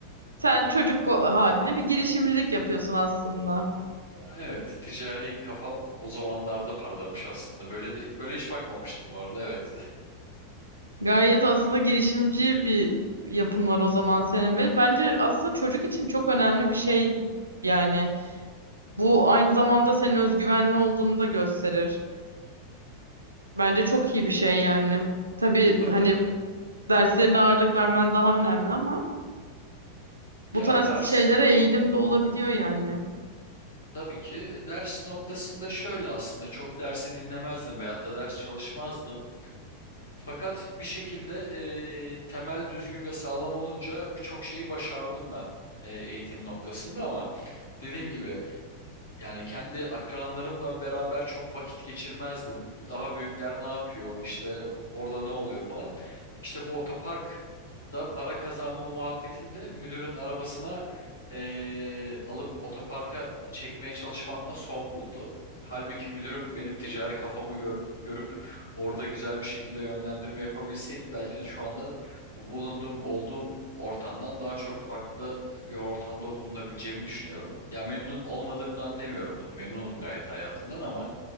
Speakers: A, on the right; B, on the left.
A: sen çocuk o- haline bir girişimcilik yapıyorsun aslında.
B: Evet, ticari kafam o zamanlarda parlamış aslında. Böyle de böyle hiç bakmamıştım bu arada. Evet.
A: Gayet aslında girişimci bir yapın var o zaman senin ve bence aslında çocuk için çok önemli bir şey yani bu aynı zamanda senin özgüvenli olduğunu da gösterir. Bence çok iyi bir şey yani. Tabii
B: <laughs> Tabii
A: hani
B: tabii.
A: derslerine ağırlık vermen daha önemli ama bu
B: Ya
A: tarz
B: ders
A: şeylere eğilim de olabiliyor yani.
B: tabii ki ders noktasında şöyle aslında çok dersi dinlemezdim veyahut da ders çalışmazdım. Fakat bir şekilde e, temel düzgün ve sağlam olunca birçok şeyi başardım ben e, eğitim noktasında ama dediğim gibi Yani kendi akranlarımla beraber çok vakit geçirmezdim. Daha büyükler ne yapıyor? İşte orada ne oluyor falan. İşte bu otoparkta para kazanma muhabbetim de müdürün arabasına eee, alıp otoparka çekmeye çalışmamla son buldu. Halbuki müdürüm benim ticari kafamı gör, görüp orada güzel bir şekilde yönlendirme yapabilseydi belki de şu anda bulunduğum, olduğum ortamdan daha çok farklı bir ortamda bulunabileceğimi düşünüyorum. Ya memnun olmadığımdan demiyorum bunu. Memnunum gayet hayatımdan ama